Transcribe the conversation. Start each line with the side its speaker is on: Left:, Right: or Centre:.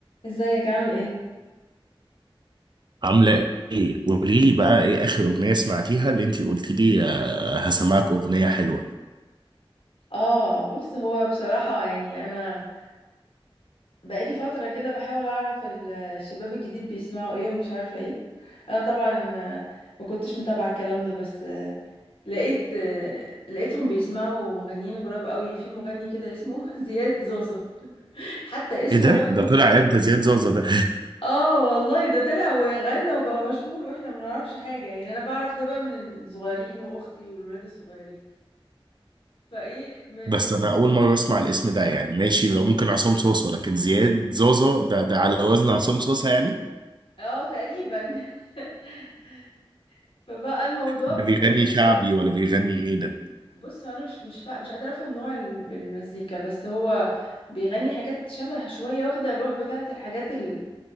Left: ازيك عامل ايه
Right: عاملة ايه؟ قولي لي بقى ايه اخر اغنية سمعتيها اللي انتي قلتي لي آه، هسمعك اغنية حلوة.
Left: اه بص هو بصراحة يعني انا بقالي فترة كده بحاول اعرف ال- الشباب الجديد بيسمعوا ايه ومش عارفة ايه انا طبعا ما كنتش متابعة الكلام ده بس لقيت لقيتهم بيسمعوا مغنيين غراب قوي في مغني كده اسمه <laughs> زياد زوزو حتى اسمه
Right: ايه ده؟
Left: نفسه
Right: ده طلع امتى زياد زوزة ده؟
Left: اه والله ده طلع وغنى وبقى مشهور واحنا ما نعرفش حاجة يعني انا بعرف ده بقى من الصغيرين واختي والولاد الصغيرين فايه
Right: <laughs>
Left: م...
Right: بس
Left: ب...
Right: انا اول مرة اسمع الاسم ده يعني ماشي ممكن عصام صوصة لكن زياد زوزة ده ده على وزن عصام صوصة يعني؟
Left: اه تقريبا <laughs> فبقى الموضوع
Right: ده
Left: مضحك
Right: بيغني شعبي
Left: جدا
Right: ولا بيغني ايه ده؟
Left: بص هو انا مش مش فا... مش قادره افهم نوع الم- المزيكا بس هو بيغني حاجات شبه شويه واخده الروح بتاعه الحاجات ال-